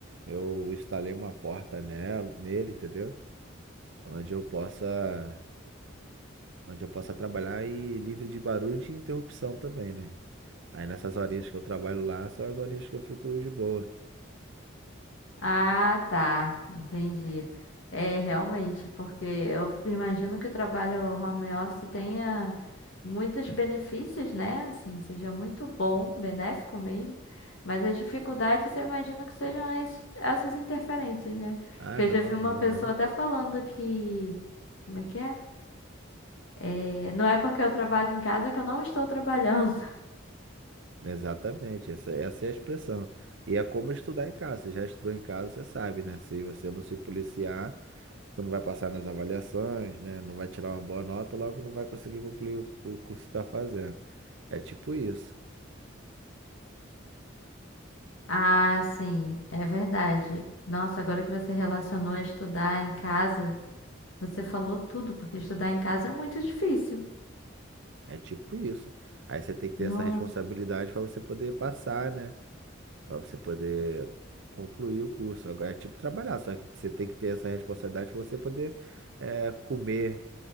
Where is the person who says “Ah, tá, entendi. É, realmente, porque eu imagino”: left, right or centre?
Left